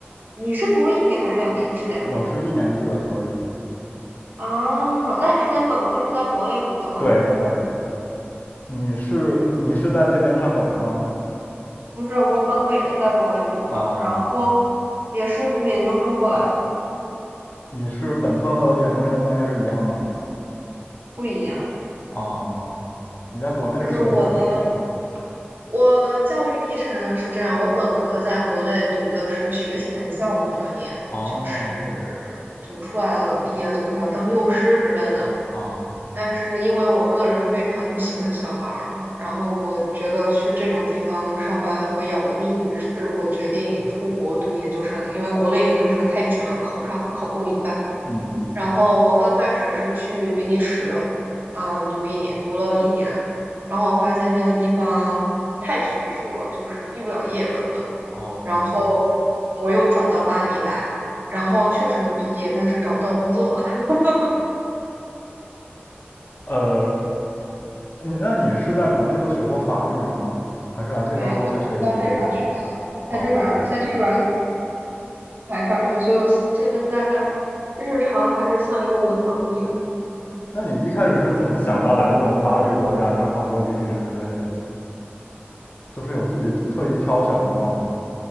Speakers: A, on the right; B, on the left.
A: 你是读了一年还是两年制的呀？
B: 我是一年制的硕士。
A: 啊，那你之前本科是在国内读的吗？
B: 对对，你是你你是在这边上本科吗？
A: 嗯，不是，我本科也是在国内读的，
B: 哦，
A: 然后也是读研究生过来的，
B: 你是本科和研究生的专业是一样的吗？
A: 不一样。
B: 哦，你在国内是学什么的？
A: 就是我的。我的教育历程是这样，我本科在国内读的是学前教育专业，
B: 哦，
A: 就是就出来了，毕业就快要当幼师之类的。
B: 啊，
A: 但是因为我个人非常不喜欢小孩儿，然后我觉得去这种地方上班会要我的命，于是我决定出国读研究生，因为国内研究生太卷了，考不上，考不明白。
B: 嗯，
A: 然后我刚开始是去比利时，嗯，读一年，读了一年，然后我发现那个地方太学术了，就是毕不了业可能。
B: 哦，
A: 然后我又转到巴黎来，然后确实能毕业，但是找不到工作。<laughs>
B: 呃，你那你是在国内就学过法语吗？还是来这边之后才学的语言？
A: 没有，我是到这边儿学的，
B: 哦，
A: 在这边儿，在这边儿才开始学，所以我现在日常还是像一个文盲一样。
B: 那你一开始是怎么想到来这种法语国家，像法国、比利时之类的？就是有自己刻意挑选过吗？